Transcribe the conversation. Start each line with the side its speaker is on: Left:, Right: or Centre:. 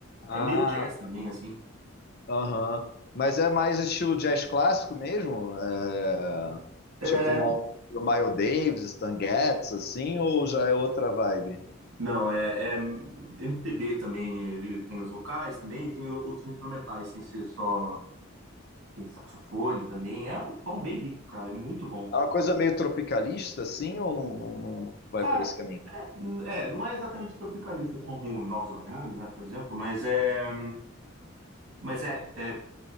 Left: Ah,
Right: é meio jazz também, assim.
Left: Aham. Mas é mais estilo jazz clássico mesmo? É,
Right: É,
Left: Tipo uma, o Miles Davis, Stan Getz, assim, ou já é outra vibe?
Right: não, é, é MPB também, ele tem os vocais também e tem outros instrumentais, sem ser só, tem saxofone também. É um som bem rico, cara, é muito bom.
Left: É uma coisa meio tropicalista, assim, ou não, não- não- não vai
Right: Cara,
Left: por esse caminho?
Right: n- é, não é exatamente tropicalista como Novos Baianos, né, por exemplo, mas é Mas é, é,